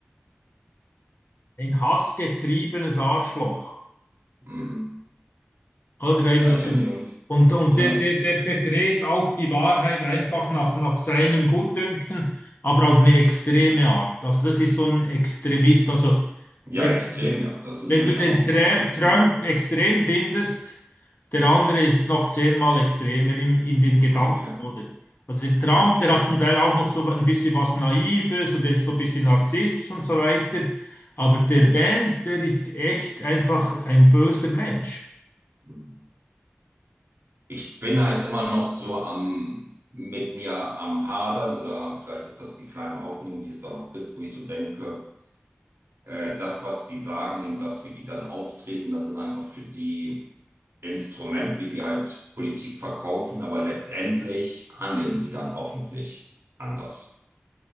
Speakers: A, on the left (about 55°); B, on the right (about 70°).
A: Ein hassgetriebenes Arschloch.
B: mhm.
A: Oder eben,
B: Ja,
A: dass
B: ich habe
A: er,
B: ihn noch nicht...
A: und, und
B: Ja,
A: der, der, der verdreht auch die Wahrheit einfach nach, nach seinem Gutdünken, aber auf eine extreme Art. Also das ist so ein Extremist. Also
B: ja,
A: wenn,
B: extrem, ja. Das ist
A: wenn
B: mir
A: du
B: schon
A: den
B: aufgefallen.
A: Tra- Trump
B: Hm.
A: extrem findest, der andere ist noch zehnmal extremer im, in den Gedanken,
B: Okay,
A: oder? Also der Trump,
B: okay.
A: der hat zum Teil auch noch so ein bisschen was Naives und er ist so ein bisschen narzisstisch und so weiter. Aber der
B: Hm.
A: Vance, der ist echt einfach ein böser Mensch.
B: hm. Ich bin halt immer noch so am... mit mir am Hadern oder vielleicht ist das die kleine Hoffnung, die es da noch gibt, wo ich so denke, äh, das, was die sagen und das, wie die dann auftreten, das ist einfach für die Instrument, wie sie halt Politik verkaufen, aber letztendlich handeln sie dann hoffentlich anders.